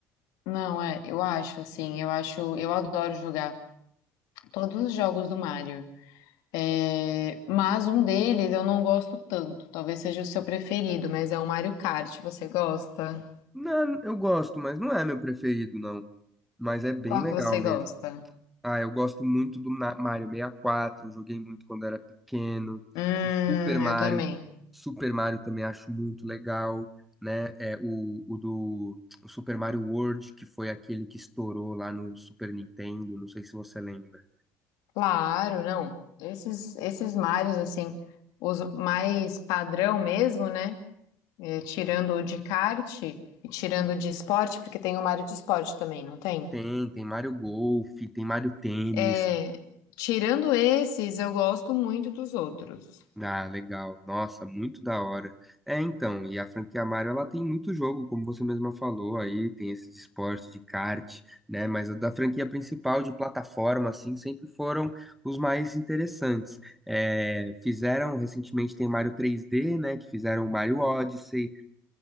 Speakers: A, on the left; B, in the centre.
A: não, é, eu acho assim, eu acho, eu adoro jogar todos os jogos do Mario. É, mas um deles eu não gosto tanto. Talvez seja o seu preferido, mas é o Mario Kart. Você gosta?
B: Não, eu gosto, mas não é meu preferido, não. Mas é bem
A: Qual
B: legal
A: que você
B: mesmo.
A: gosta?
B: Ah, eu gosto muito do Na- Mario 64, eu joguei muito quando era pequeno.
A: Hum,
B: O Super Mario,
A: eu também.
B: Super Mario também acho muito legal, né? É, o, o do o Super Mario World, que foi aquele que estourou lá no Super Nintendo, não sei se você lembra.
A: Claro, não. Esses, esses Marios, assim, os mais padrão mesmo, né? É, tirando o de kart e tirando o de esporte, porque tem o Mario de esporte também, não tem?
B: Tem, tem Mario Golf, tem Mario Tênis,
A: É, tirando esses, eu gosto muito dos outros.
B: Ah, legal. Nossa, muito da hora. É, então, e a franquia Mario, ela tem muito jogo, como você mesma falou, aí tem esse de esporte, de kart, né? Mas a da franquia principal de plataforma, assim, sempre foram os mais interessantes. É, fizeram, recentemente tem Mario 3D, né? Que fizeram o Mario Odyssey,